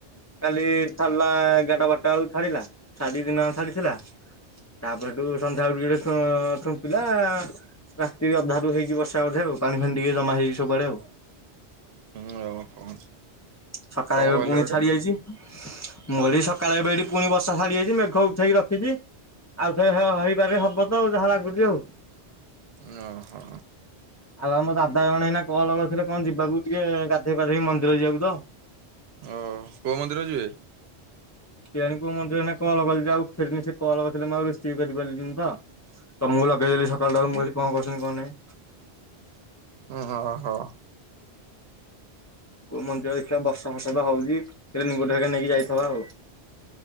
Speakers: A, on the left; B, on the right.
A: କାଲି ଛାଡ଼ିଲା ଏଗାରଟା ବାରଟା ବେଳକୁ ଛାଡିଲା। ଛାଡି ଦିନ ଯାକ ଛାଡିଥିଲା। ତାପରେ ହେଠୁ ସନ୍ଧ୍ୟାବେଳ ଟିକେ ଟିକେ ଛୁମ୍ପିଲା। ରାତିରେ ଅଧାରୁୁ ହେଇଛି ବର୍ଷା ବଧେ ଆଉ ପାଣି ଫାଡି ଟିକେ ଜମା ହେଇଛି ସବୁଆଡେ ଆଉ।
B: ହୁଁ ଓହୋ।
A: ସକାଳେ
B: କଣ
A: ଏବେ
B: କହିଲେ
A: ପୁଣି
B: ଗୋଟେ
A: ଛାଡି ଯାଇଛି। ମୁଁ ଏଠି ସକାଳେ ଏବେ ଏଠି ପୁଣି ବର୍ଷା ଛାଡି ଯାଇଛି ମେଘ ଉଠେଇକି ରଖିଛି। ଆଉଥରେ ହେ ହେଇପାରିବ, ହବ ତ ଯାହା ଲାଗୁଛି ଆଉ।
B: ଓ ହୋ।
A: ଆଉ ଆମ ଦାଦା ଜଣେ ଏଇନା କଲ କରିଥିଲେ କଣ ଯିବାକୁ ଟିକେ ଗାଧେଇ ପାଧେଇ ମନ୍ଦିର ଯିବାକୁ ତ।
B: ଓ କୋଉ ମନ୍ଦିର ଯିବେ?
A: କେୟାଣି କୋଉ ମନ୍ଦିର। ଏଇନା କଲ କଲେ ଯା ଉଠେଇଲିନି। ସେ କଲ କରିଥିଲେ ମୁ ଆଉ ରିସିଭ କରିପାରିଲିନି ତ। ତମକୁ ଲଗେଇଦେଲି ସକାଳଟାରୁ। ମୁଁ କହିଲି କଣ କରୁଛନ୍ତି କଣ ନାଇ।
B: ଓହୋ
A: କୋ ମନ୍ଦିର ଦେଖିବା ବର୍ଷା ଫର୍ଷା ତ ହଉଛି ରେନିକୋଟ୍ ନେଇକା ଯାଇଥବା ଆଉ।